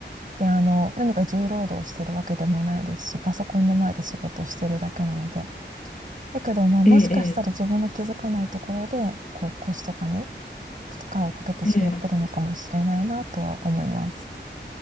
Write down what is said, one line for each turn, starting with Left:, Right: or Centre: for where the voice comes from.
Right: で、あの、何か重労働してるわけでもないですし、パソコンの前で仕事をしてるだけなので。だけど、まあもしかしたら自分の気づかないところで、
Left: ええ、
Right: こう腰とかに負荷をかけてしまってるのかもしれないなとは思います。
Left: ええ、ええ